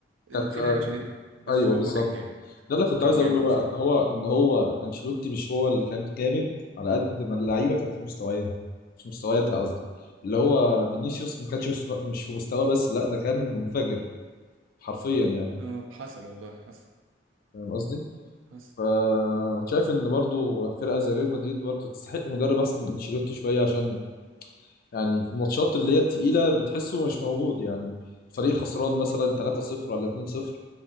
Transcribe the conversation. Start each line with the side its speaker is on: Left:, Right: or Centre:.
Right: ال-
Left: كانت
Right: في
Left: آه،
Right: لعيبه شالته بس
Left: ايوه
Right: هو
Left: بالظبط
Right: كان جامد
Left: ده اللي كنت
Right: كان
Left: عايز اقوله
Right: جامد
Left: بقى
Right: بصراحه
Left: ان هو ان هو انشيلوتي مش هو اللي كان جامد على قد ما اللعيبه كانت في مستواها مش مستوياتها قصدي اللي هو فينيسيوس ما كانش مس- مش في مستوى بس لا ده كان منفجر حرفيا يعني
Right: اه حصل والله حصل
Left: فاهم قصدي
Right: حصل
Left: ف شايف ان برضو فرقه زي ريال مدريد برضو تستحق مدرب احسن من انشيلوتي شويه عشان يعني في الماتشات اللي هي التقيله بتحسه مش موجود يعني فريق خسران مثلا 3-0 ولا 2-0